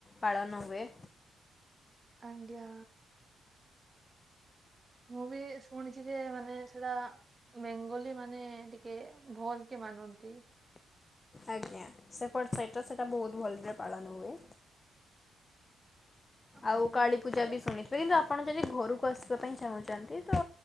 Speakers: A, on the left; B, on the right.
A: ପାଳନ ହୁଏ।
B: ଆଜ୍ଞା। ମୁଁ ବି ଶୁଣିଛି ଯେ ମାନେ ସେଟା ବେଙ୍ଗୋଲି ମାନେ ଟିକେ ଭୋଲ କେ ମାନନ୍ତି।
A: ଆଜ୍ଞା ସେପଟ ସାଇଟରେ ସେଟା ବହୁତ ଭଲରେ ପାଳନ ହୁଏ।
B: ଆଜ୍ଞା
A: ଆଉ କାଳୀ ପୂଜା
B: ୟା
A: ବି ଶୁଣିି ଏବେ କିନ୍ତୁ ଆପଣ ଯଦି ଘରକୁ ଆସିବା ପାଇଁ ଚାହୁଁଚନ୍ତି ତ